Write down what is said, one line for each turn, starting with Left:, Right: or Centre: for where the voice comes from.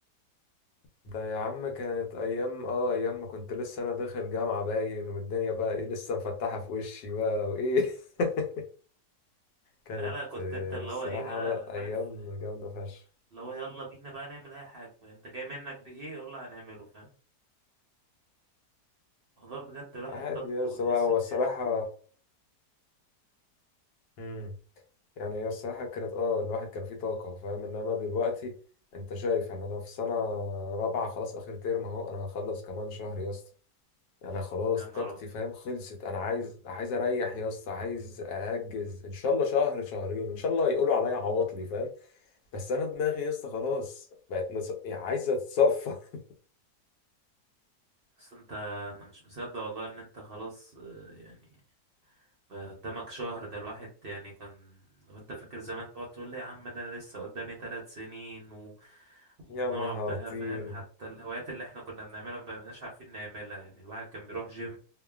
Left: ده يا عم كانت أيام اه أيام ما كنت لسه أنا داخل جامعة باين والدنيا بقى إيه لسه مفتحة في وشي بقى وإيه <laughs> كانت
Right: لا لا كنت
Left: آه،
Right: انت اللي
Left: الصراحة
Right: هو ايه بقى
Left: لأ أيام
Right: عارف
Left: جامدة فشخ
Right: اللي هو يلا بينا بقى نعمل أي حاجة انت جاي منك بإيه يلا هنعمله فاهم الموضوع بجد الواحد
Left: عادي
Right: طاقته
Left: يا
Right: وتحس
Left: اسطى بقى هو
Right: ان
Left: الصراحة
Right: هي
Left: مم. يعني هي الصراحة كانت اه الواحد كان فيه طاقة فاهم انما دلوقتي انت شايف يعني انا في سنة رابعة خلاص اخر ترم اهو انا هخلص كمان شهر يا اسطى انا خلاص
Right: يا نهار
Left: طاقتي
Right: أبيض
Left: فاهم خلصت انا عايز عايز اريح يا اسطى عايز اهجز ان شاء الله شهر شهرين ان شاء الله يقولوا عليا عواطلي فاهم بس انا دماغي يا اسطى خلاص بقت مص... يعني عايزه تتصفى <laughs>
Right: بس انت انا مش مصدق والله ان انت خلاص آه، يعني بقى قدامك شهر ده الواحد يعني كان وانت فاكر زمان تقعد تقول لي يا عم ده انا لسه قدامي ثلاث سنين و- وبنقعد
Left: يا نهار
Right: بقى
Left: طين
Right: فاهم حتى الهوايات اللي احنا كنا بنعملها ما بقيناش عارفين نعملها يعني الواحد كان بيروح جيم